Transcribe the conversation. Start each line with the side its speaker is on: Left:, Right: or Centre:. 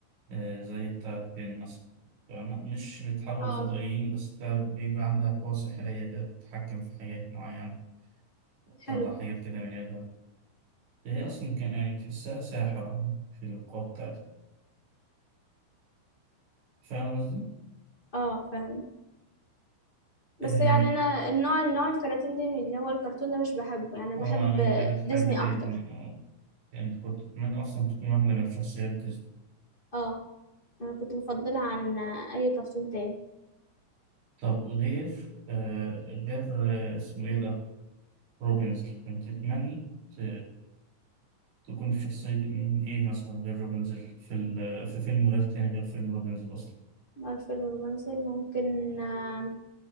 Right: آه زي بتاعة بين مثلا فاهمة؟ مش بتحول
Left: <laughs> اه
Right: لفضائيين بس بتاع- بيبقى عندها قوة سحرية كده بتتحكم في حاجات معينة بتطلع
Left: حلو
Right: حاجات كده من يدها هي أصلا كان يعني تحسها ساحرة في القوة بتاعتها فاهم قصدي؟
Left: اه فاهمه بس
Right: آه،
Left: يعني انا النوع النوع الكراتين دي اللي هو الكرتون ده مش بحبه يعني
Right: اه
Left: بحب
Right: انت بتحب
Left: ديزني
Right: ديزني
Left: اكتر
Right: اه انت كنت تتمنى اصلا تكون واحدة من شخصيات ديزني
Left: اه أنا كنت بفضلها عن أي كرتون تاني
Right: طب غير آه غير آه اسمه ايه ده روبنز كنت تتمني ت- تكون في شخصية ايه إيه مثلا غير روبنز في ال... في فيلم غير تاني غير فيلم روبنز اصلا
Left: بقى الفيلم الرومانسي ممكن آه،